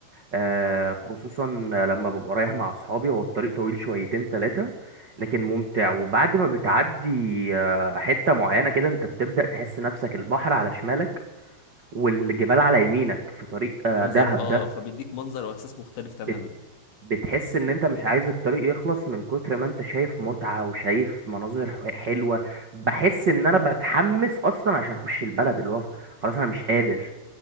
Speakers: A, on the right (about 55°); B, on the left (about 65°).
A: آه، خصوصا لما ببقى رايح مع أصحابي هو الطريق طويل شويتين تلاتة لكن ممتع وبعد ما بتعدي آه، حتة معينة كده انت بتبدأ تحس نفسك البحر على شمالك والجبال على يمينك في طريق آه،
B: منظر
A: دهب
B: اه
A: ده
B: فبيديك منظر واحساس مختلف تماما
A: بت- بتحس ان انت مش عايز الطريق يخلص من كتر ما انت شايف متعة وشايف مناظر حو- حلوة بحس ان انا بتحمس اصلا عشان اخش البلد اللي هو خلاص انا مش قادر